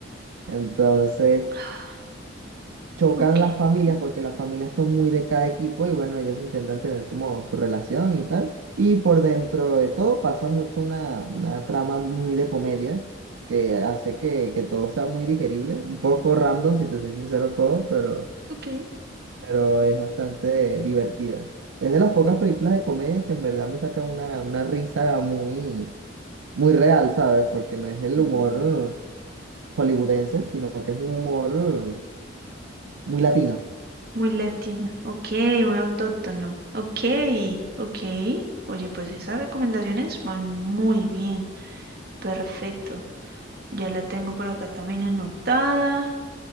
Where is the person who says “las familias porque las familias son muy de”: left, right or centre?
Right